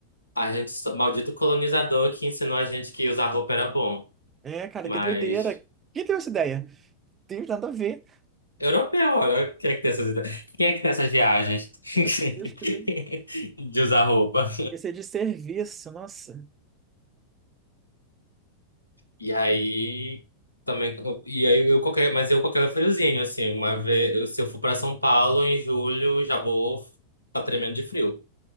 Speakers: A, on the left; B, on the right.
A: A gente, só- maldito colonizador que ensinou a gente que usar roupa era bom.
B: É, cara,
A: Mas
B: que doideira. Quem teve essa ideia? Tem nada a ver.
A: europeu, olha, quem é que tem essas ideias? Quem é que tem essas viagens
B: É, Meu
A: <laughs>
B: Deus, que doideira.
A: de usar roupa?
B: Esse é de serviço, nossa.
A: E aí também e aí eu qualquer, mas eu qualquer friozinho assim, uma vez, eu- se eu for para São Paulo em julho, já vou tá tremendo de frio.